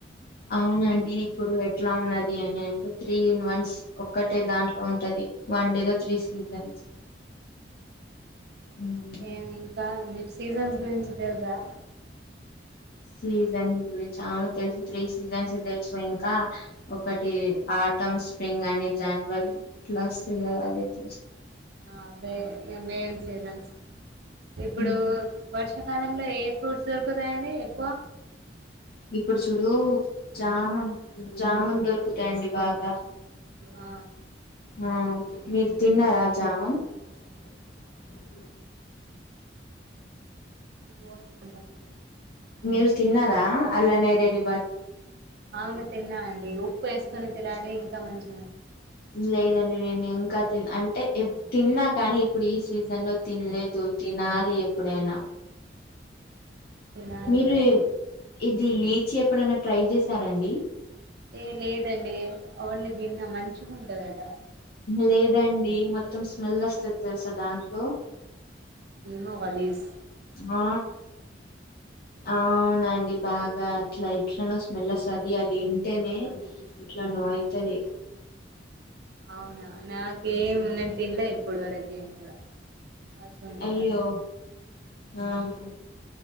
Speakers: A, on the left (about 55°); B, on the right (about 55°).
A: అవునండి ఇప్పుడు ఎట్లా ఉన్నది అని అంటే త్రీ ఇన్ వన్స్ ఒక్కటే దాంట్లో ఉంటది వన్ డే లో త్రీ సీజన్స్ మ్మ్.
B: ఏమి ఇంకా మీ సీజన్స్ గురించి తెలుసా
A: సీజన్ గురించి అవును తెలుసు త్రీ సీజన్స్ తెలుసు ఇంకా ఒకటి ఆటం స్ప్రింగ్ అని జనవరి ఇట్ల వస్తది కదా అది తెల్సు
B: ఆ అవే ఇగ మేన్ సీజన్స్ ఇప్పుడు
A: మ్మ్.
B: వర్ష కాలంలో ఏ ఫ్రూట్స్ దొరుకుతాయండి ఎక్కువ
A: ఇప్పుడు చూడు జామున్ జామున్ దొరుకుతాయండి బాగా
B: ఆ
A: ఆ మీరు తిన్నరా జామున్ అ ప <unintelligible>
B: బ <inaudible> టది
A: మీరు తిన్నరా అల్లరి నేరేడి
B: అవును తిన్నా అండి ఉప్పు ఏసుకొని తినాలి ఇంకా మంచి
A: లేదండి నేను ఇంకా తి అంటే తిన్నా కానీ ఇప్పుడు ఈ సీజన్లో తినలే దు తినాలి ఎప్పుడైనా
B: తినాలి
A: మీరు
B: మరి
A: ఇది లీచి ఎప్పుడైనా ట్రై చేసారండి
B: ఏ లేదండి ఓన్లీ విన్న మంచిగుంటదట
A: లేదండి మొత్తం స్మెల్ వస్తది తెలుసా దాంట్లో
B: ఏమో వాలీస్
A: ఆ అవునండి బాగా అట్లా ఎట్లానో స్మెల్ అస్తది అదింటేనే ఎట్లా నో అయితది
B: అవునా నాకేం నేను తినలే ఇప్పుడు వరకి నేనుకూడ అసువంటి
A: అయ్యో
B: పండు
A: ఆహా